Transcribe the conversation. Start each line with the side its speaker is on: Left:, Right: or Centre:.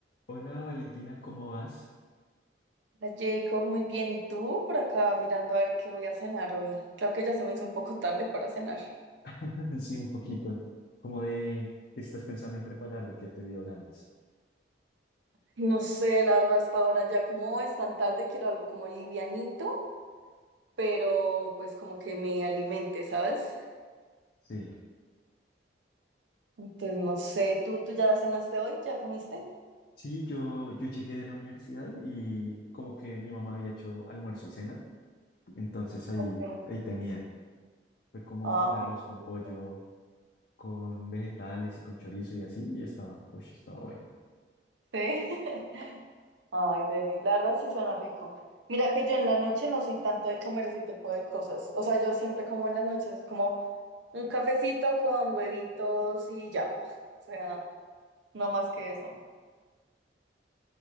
Left: Hola Valentina, ¿cómo vas?
Right: Hola Jacob, muy bien. ¿Y tú por acá mirando a ver qué voy a cenar hoy? Creo que ya se me hizo un poco tarde para cenar.
Left: <laughs> Sí, un poquito. Como de qué estás pensando en preparar, de qué te dio ganas.
Right: No sé, la verdad, hasta ahora ya como es tan tarde, quiero algo como livianito, pero pues como que me alimente, ¿sabes?
Left: Sí.
Right: Entonces, no sé, ¿tú, tú ya cenaste hoy? ¿Ya comiste?
Left: Sí, yo, yo llegué de la universidad y como que mi mamá había hecho almuerzo y cena, entonces ahí,
Right: Sí.
Left: ahí tenía. Fue como
Right: Ah,
Left: un arroz
Right: muy
Left: con
Right: rico.
Left: pollo, con vegetales y con chorizo y así, y estaba, uy, estaba bueno.
Right: Sí. <laughs> Ay, Deli, la verdad sí suena rico. Mira que yo en la noche no soy tanto de comer ese tipo de cosas. O sea, yo siempre como en las noches, es como... Un cafecito con huevitos y ya. O sea, no más que eso.